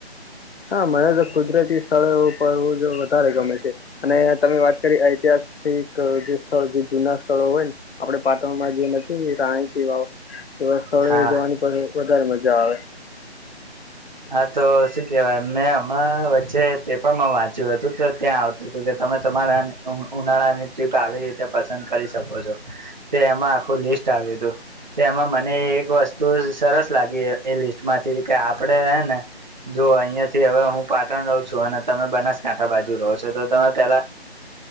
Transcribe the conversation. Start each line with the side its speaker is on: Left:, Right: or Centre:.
Left: હા મળે તો કુદરતી સ્થળેઓ એવ ફરવુ જવુ વધારે ગમે છ છે અને તમે વાત કરી ઐતિહાસિક જે સ્થળ જૂના સ્થળો હોય ને આપડે પાટણમાં જે નથી રાણી કી વાવ એવા સ્થળોએ
Right: હા
Left: જવાની પરે વધારે મજા આવે
Right: હા તો શું કહેવાય મેં અમણા વચ્ચે પેપરમાં વાંચ્યું હતું તો ત્યાં આવતું તુ કે તમે તમારા ઉનાળાની ટ્રીપ આવી રીતે પસંદ કરી શકો છો તે એમાં આખું લિસ્ટ આવ્યું તુ તે એમાં મને એક વસ્તુ સરસ લાગી એ લિસ્ટમાંથી કે આપ આપડે હેને જો અઈયાં થી હવે હું પાટણ રઉ છું અને તમે બનાસકાંઠા બાજુ રો છો તો તમે પેલા